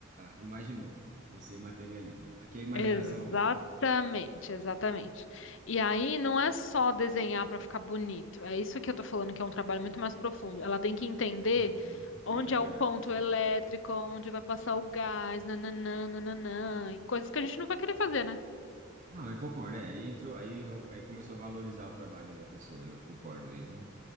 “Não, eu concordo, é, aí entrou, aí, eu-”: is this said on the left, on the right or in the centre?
Right